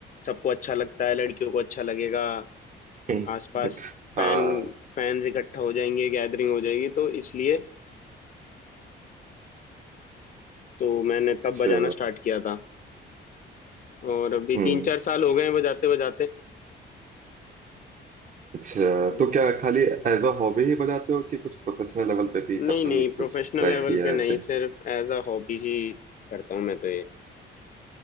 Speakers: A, on the left; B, on the right.
A: सबको अच्छा लगता है लड़कियों को अच्छा लगेगा
B: <laughs>
A: आसपास फैन
B: हाँ
A: फैंस इकट्ठा हो जाएंगे गैदरिंग हो जाएगी तो इसलिए तो मैंने तब
B: अच्छा
A: बजाना स्टार्ट किया था और अभी
B: हम्म
A: तीन चार साल हो गए हैं बजाते बजाते
B: अच्छा
A: तो
B: तो क्या खाली एज अ हॉबी ही बजाते हो कि कुछ प्रोफेशनल लेवल पे भी
A: नहीं
B: कभी
A: नहीं
B: कुछ
A: प्रोफेशनल
B: ट्राई
A: लेवल
B: किया
A: पे
B: है आपने?
A: नहीं सिर्फ एज अ हॉबी ही करता हूँ मैं तो ये